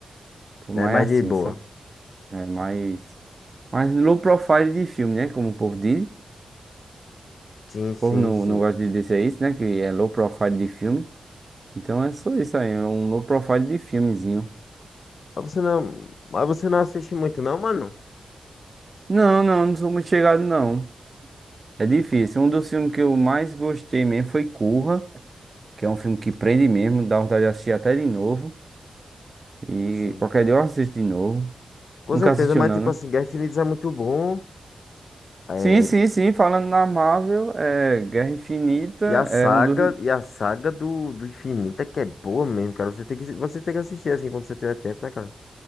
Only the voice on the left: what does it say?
É
mais de
boa.
Sim, sim,
sim.
Mas você não, mas você não assiste muito, não, mano?
Sim.
Com
certeza,
mas
tipo
assim, Guerra Infinita é muito bom. É,
e a saga,
e a saga do, do Infinita é que é boa mesmo, cara. Você tem que, você tem que assistir assim quando você tiver tempo, né, cara?